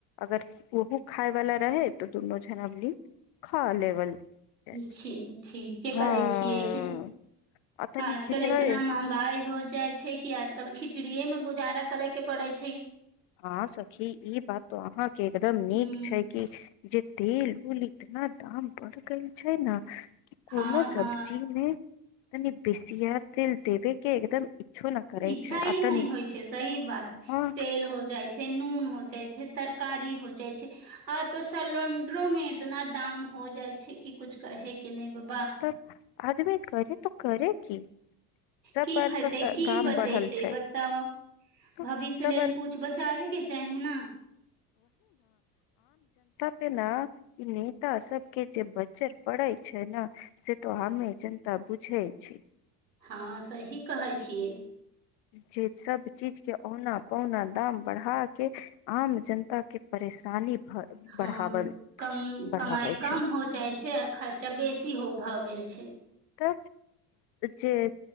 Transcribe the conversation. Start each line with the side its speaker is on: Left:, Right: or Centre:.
Left: अगर ओहो खााय वाला रहै तऽ दुनू जन हमनी खा लेवल जाय
Right: छै ठीके
Left: हँ
Right: करै छियै कि
Left: आ तनि
Right: आजकल
Left: खिचड़ै
Right: एतना महंगाई हो जाइ छै कि आजकल खिचड़ीे मे गुजारा करे के पड़े छै
Left: हँ सखी ई बात तो अहाँके एकदम नीक
Right: हूँ
Left: छै कि जे तेल उल इतना दाम बढ़ गेल छै न कोनो
Right: हँ
Left: सब्जी
Right: हँ
Left: मे तनी बेसियर तेल देबे के एकदम इच्छो न करे
Right: इच्छा
Left: छै
Right: ही
Left: आ तनी
Right: नहि होइ छै सही बात
Left: हँ
Right: तेल हो जाइ छै नून हो जाय छै तरकारी हो जाय छै आ तो सलेंडरो में इतना दाम हो जाय छै कि कुछ कहे के नहि बाबा
Left: तब आदमी करे तऽ करे की सब
Right: की
Left: बार
Right: खेते
Left: तो द
Right: की
Left: दाम
Right: बचेते
Left: बढ़ल छै
Right: बताब
Left: त
Right: भविष्य
Left: सब
Right: लेल
Left: बार
Right: कुछ बचाबे के चाही ना
Left: जेना ई नेता सबके जे बजर पड़ै छै न से त हमे जनता बुझै छी
Right: हँ सही कहै छियै
Left: जे सब चीज के औना पौना दाम बढ़ा के आम जनता के परेशानी भ
Right: हँ
Left: बढ़ावल
Right: कम
Left: बढ़ाबै
Right: कमाई कम
Left: छै
Right: हो जाइ छै आओर खर्चा बेसी भए गेल छै
Left: त जे